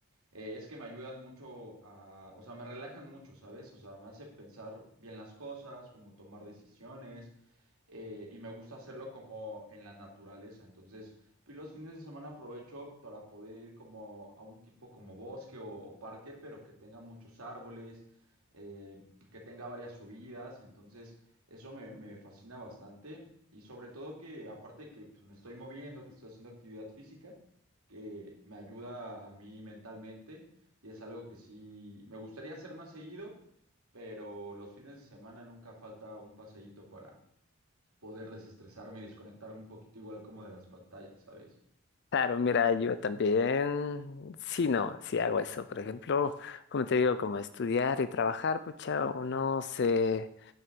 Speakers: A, on the right; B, on the left.
A: eh, es que me ayudan mucho a, o sea, me relajan mucho, ¿sabes? O sea, me hace pensar bien las cosas, como tomar decisiones, eh, y me gusta hacerlo como en la naturaleza. Entonces, pues los fines de semana aprovecho para poder ir como a un tipo como bosque o, o parque, pero que tenga muchos árboles, eh, que tenga varias subidas. Entonces, eso me, me fascina bastante. Y sobre todo que, aparte de que pues, me estoy moviendo, que estoy haciendo actividad física, que me ayuda a mí mentalmente y es algo que sí me gustaría hacer más seguido, pero los fines de semana nunca falta un paseíto para poder desestresarme y desconectarme un poquito igual como de las pantallas, ¿sabes?
B: Claro, mira, yo también, sí, no, sí hago eso. Por ejemplo, como te digo, como estudiar y trabajar, pucha, uno se